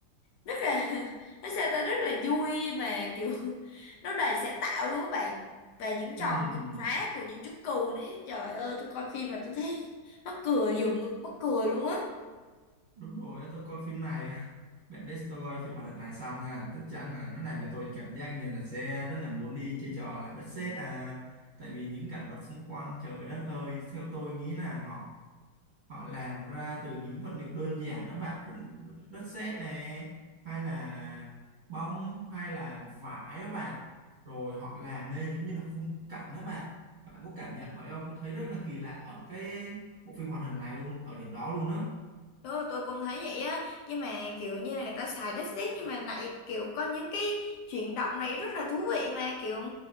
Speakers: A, on the left; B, on the right.
A: rất là <laughs> nó sao ta rất là vui mà kiểu <laughs> nó đầy sáng tạo luôn các bạn và những tròn
B: Ừm,
A: vượt phá của những chú cừu đấy trời ơi tôi coi phim mà tôi thấy mắc cười dùm mắc cười luôn á
B: đúng rồi á, tôi coi phim này <laughs> bạn biết tôi coi phim hoạt hình này xong nha chắc chắn là nó làm cho tôi cảm giác như là sẽ rất là muốn đi chơi trò là đất sét à tại vì những cảnh vật xung quanh trời đất ơi theo tôi nghĩ là họ họ làm ra từ những vật liệu đơn giản đó bạn đất, đất sét nè hay là bông hay là vải đó bạn rồi họ làm nên giống như là khung cảnh đó bạn bạn có cảm nhận vậy không tôi thấy rất là kỳ lạ ở cái bộ phim hoạt hình này luôn ở điểm đó luôn á
A: tôi tôi cũng thấy vậy á nhưng mà kiểu như là người ta xài đất sét nhưng mà lại kiểu có những cái chuyển động này rất là thú vị mà kiểu